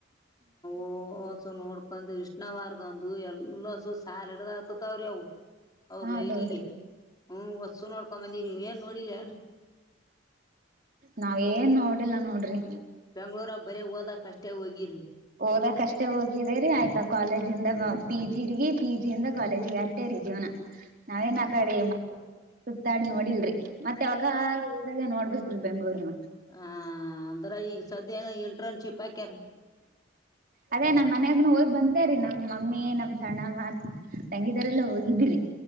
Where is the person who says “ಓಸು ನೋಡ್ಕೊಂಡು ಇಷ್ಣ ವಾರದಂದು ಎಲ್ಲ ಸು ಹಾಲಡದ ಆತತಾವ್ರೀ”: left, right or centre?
Left